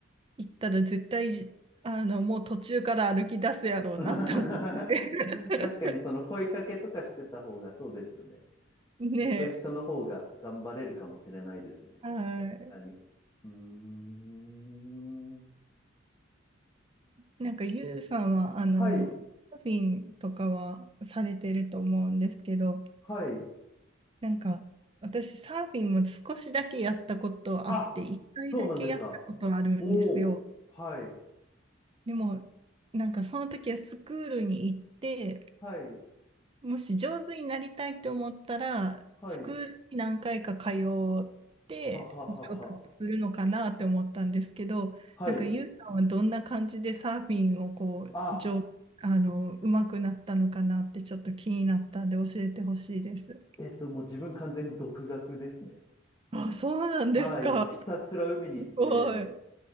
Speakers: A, on the right; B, on the left.
A: 行ったら絶対じ、あの、もう途中から歩き出すやろうなと思って。
B: <laughs> 確かにその声かけとかしてた方がそうですよね。
A: <laughs> ね
B: 人と一緒の方が頑張れるかもしれないですね。
A: え。はい。
B: 確かに。うーん。
A: なんか、ゆうさんは、あの、
B: はい、
A: サーフィンとかはされてると思うんですけど、
B: はい。
A: なんか、私、サーフィンも少しだけやったことあって、
B: あ、
A: 一回だけやったことあるんですよ。
B: そうなんですか。おー、はい、
A: でも、なんか、その時はスクールに行って、
B: はい、
A: もし上手になりたいと思ったら、
B: はい、
A: スクールに何回か通って上達するのかなって思ったんですけど、
B: はははは。はい。
A: なんかユウさんはどんな感じでサーフィンをこう、
B: あ、
A: 上、あの、う手くなったのかなってちょっと気になったんで教えてほしいです。
B: えっと、もう自分完全に独学ですね。
A: あ、そうなんですか。
B: はい、もうひたすら海に行って、
A: すごい。